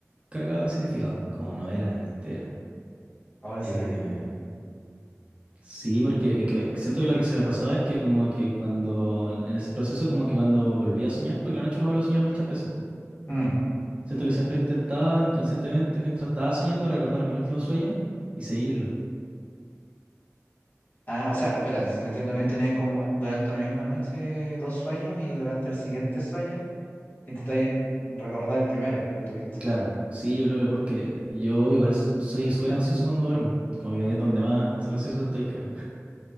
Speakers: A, on the right; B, on the left.
A: cargado de significado, como novela entera.
B: Ahora en
A: Eh,
B: serio, que digo.
A: Sí, porque es que me- siento que lo que se me pasaba es que como que cuando, en ese proceso como que cuando volví a soñar, porque la noche uno vuelve a soñar muchas veces, po.
B: Mm.
A: Siento que siempre intentaba inconscientemente mientras estaba soñando recordar mi último sueño y seguirlo.
B: Ah, o sea, espera, si te entiendo bien, tenés como durante una misma noche dos sueños y durante el siguiente sueño intentáis recordar el primero que tuviste.
A: Claro, sí, yo creo que porque yo igual s- soy súper ansioso cuando duermo, como que es donde más ansioso estoy, creo.